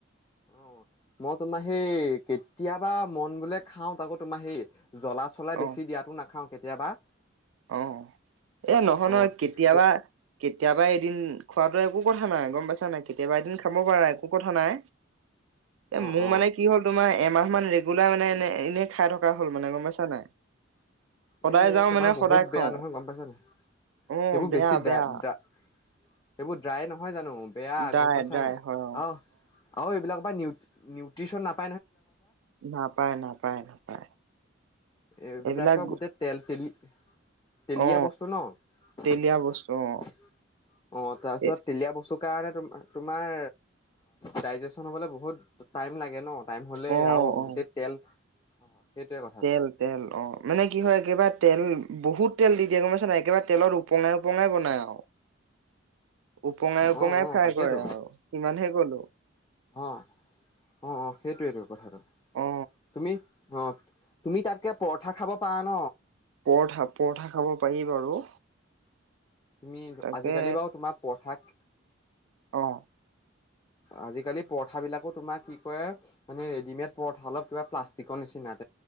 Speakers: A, on the left; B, on the right.
A: অ মই তোমাৰ সেই কেতিয়াবা মদ বোলে খাও তাকৌ তোমাৰ সেই জ্বলা চলা
B: অ
A: বেছি দিয়াাতো নাখাওঁ কেতিয়াবা।
B: অ এ নহয়,
A: অ
B: নহয়, কেতিয়াবা
A: ক
B: কেতিয়াবা এদিন খোৱাাতো একো কথা নাই, ‌ গম পাইছা নাই কেতিয়াবা এদিন খাব পাৰা একো কথা নাই এ
A: অ
B: মোৰ
A: অ
B: মানে কি হ'ল তোমাৰ এমাহ মান ৰেগুলাৰ মানে এনে এনেই খাই থকা হ'ল মানে গম পাইছা নাই
A: <unintelligible>
B: সদায় যাওঁ
A: তোমাৰ
B: মানে
A: বহুত
B: সদায়
A: বেয়া
B: খাওঁ
A: নহয় গম পাইছ নাই?
B: অ
A: সেইবোৰ
B: বেয়া
A: বেছি ড্ৰা
B: বেয়া
A: এইবোৰ ড্ৰাই নহয় জানোঁ। বেয়া
B: ড্ৰাই
A: গম পাইছা
B: ড্ৰাই
A: নাই,
B: হয়
A: অ অ এইবিলাকৰ বা নিউ, নিউ <unintelligible>
B: নাপায়। নাপায়। নাপায়।
A: এইবিলাকৰ
B: এইবিলাক
A: গোটেই তেল, তেল, তেলীয়া
B: অ
A: বস্তু ন, অ
B: তেলীয়া
A: তাৰপিছত
B: বস্তু অ এ
A: তেলীয়া বস্তু কাৰণে তুমি তোমাৰ ডাইজেচন হ'বলৈ বহুত টাইম লাগে ন, টাইম হ'লে
B: অ
A: আৰু
B: অ
A: গোটেই তেল হয়। হয়। সেইটোৱে কথাটো
B: তেল তেল অ' মানে কি হয়, একেবাৰে তেল বহুত তেল দি দিয়ে, গমাইছা নাই? ‌একেবাৰে তেলত ওপঙাই ওপঙাই বনাই আৰু। উপঙাই উপঙাই
A: অ' অ'
B: ফ্ৰাই
A: তাকেইেতো।
B: কৰে আৰু সিমানহে কলো
A: অ' অ' অ' সেইটোৱেইটো কথাটো।
B: অ
A: তুমি অ' তুমি তাতকৈ পৰঠা খাব পাৰা ন।
B: পৰঠা, পৰঠা খাব পাৰি বাৰু
A: তুমি
B: তাকে
A: আজিকালি বাৰু তোমাৰ পঠাক
B: অ উম
A: আজিকালি পৰঠাবিলাকো তোমাৰ কি কৰে- মানেৰেডিমেড প অলপ কিবা প্লাষ্টি চিকন নিচিনাত।